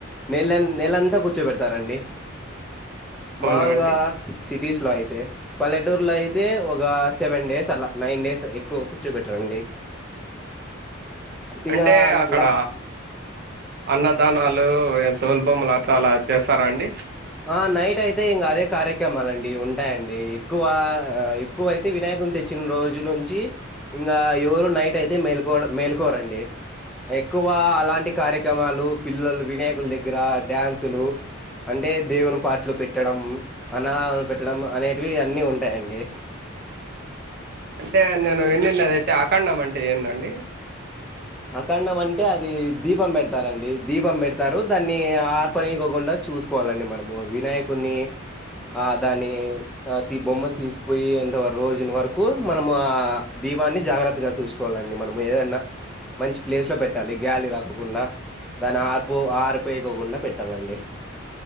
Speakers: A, in the centre; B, on the right (about 50°).
A: నేలం నేలంతా కూర్చోబెడతారండి.
B: అవునా
A: మాల్గా
B: అండి
A: సిటీస్ లా అయితే పల్లెటూర్ లో అయితే, ఒగ సెవెన్ డేస్ అలా నైన్ డేస్ ఎక్కువ కూర్చోబెట్టర్ అండి. ఇంగా
B: అంటే అక్కడ
A: లా
B: అన్నదానాలు ఎంతోల్ బొమ్మలాట్ల అలా చేస్సారా అండి.
A: ఆ నైట్ అయితే ఇంకా అదే కార్యక్రమాలండి. ఉన్ ఉంటాయండి, ఎక్కువ ఎక్కువయితే వినాయకుని తెచ్చిన రోజు నుంచి ఇంగా, ఎవరు నైట్ అయితే మేల్కోడం, మేల్కోరండి ఎక్కువ అలాంటి కార్యక్రమాలు పిల్లలు వినాయకుల దగ్గర డ్యాన్సులు అంటే దేవుని పాటలు పెట్టడం. అనదాలు పెట్టడం అనేవి అన్ని ఉంటాయండి.
B: అంటే నేను ఇన్నెన్నదయితే ఆ కన్నాం అంటే ఏందండి.
A: అఖంనం అంటే అది దీపం పెడతారండి. దీపం పెడతారు, దాన్ని ఆర్పనికోకుండా చూసుకోవాలండి, మనము వినాయకుని ఆ దాన్ని చ్ అ తి బొమ్మను తీసుపోయి, ఎంతవర్ రోజును వరకు మనము, ఆ దీపాన్ని జాగ్రత్తగా చూసుకోలండి, మనము ఏదన్నా మంచి ప్లేస్ లో పెట్టాలి. గ్యలి రాకోకుండా దాని ఆర్పు ఆర్పోయకోకుండా పెట్టాలండి.